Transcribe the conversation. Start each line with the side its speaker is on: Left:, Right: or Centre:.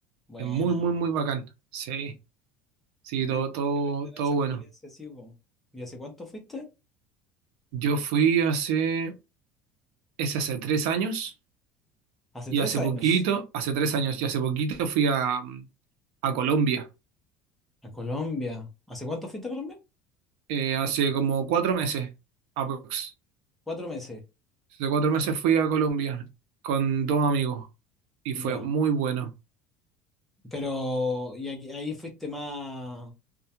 Centre: Buena.
Right: Es muy, muy,
Centre: po.
Right: muy bacán. Sí, sí,
Centre: Amigo,
Right: todo, todo,
Centre: Qué rico tener
Right: todo
Centre: esa
Right: bueno.
Centre: experiencia así, po. ¿Y hace cuánto fuiste?
Right: Yo fui hace, es hace tres años
Centre: Hace
Right: y
Centre: tres
Right: hace
Centre: años
Right: poquito, hace tres años y hace poquito fui a, a Colombia.
Centre: a Colombia. ¿Hace cuánto fuiste a Colombia?
Right: Eh, hace como cuatro meses, aprox.
Centre: Cuatro meses,
Right: Hace cuatro meses fui a Colombia con dos amigos y
Centre: ya.
Right: fue muy bueno.
Centre: Pero, ¿y aquí- ahí fuiste más